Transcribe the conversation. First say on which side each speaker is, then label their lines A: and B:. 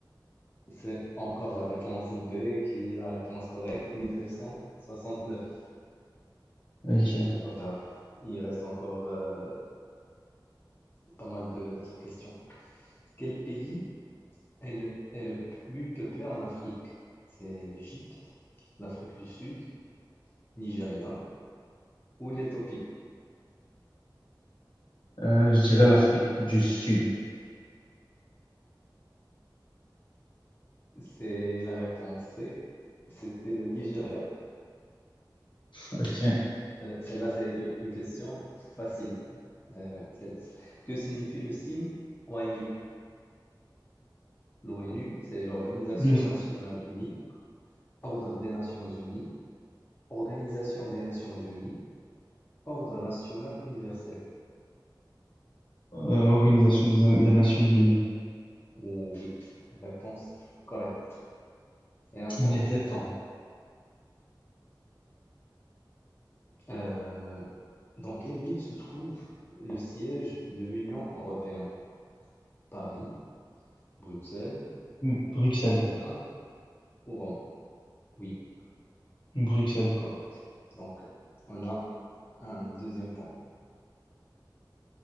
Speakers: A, on the left; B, on the left.
A: C'est encore la réponse B qui est la réponse correcte, 1969.
B: Ok.
A: C'est pas grave, il reste encore euh, pas mal de- d'autres questions. Quel pays Est le est le plus peuplé en Afrique, c'est l'Égypte, l'Afrique du Sud, Nigeria ou l'Éthiopie?
B: Euh, je dirais l'Afrique du Sud.
A: C'est la réponse C, c'était le Nigeria.
B: Ok.
A: Euh, celle-là, c'est une une question facile. Euh, celle-là. Que signifie le signe ONU? L'ONU, c'est l'Organisation
B: Le-
A: nationale unie, Ordre des Nations unies, Organisation des Nations unies, Ordre national universel.
B: euh, Organisation des, des Nations Unies.
A: Oh Oui, réponse correcte. Et un point.
B: Il était temps.
A: Euh, dans quelle ville se trouve le siège de l'Union européenne? Paris, Bruxelles,
B: <laughs> Bruxelles.
A: Berlin ou Rome? Oui,
B: Bruxelles.
A: correct. Donc, on a un deuxième point.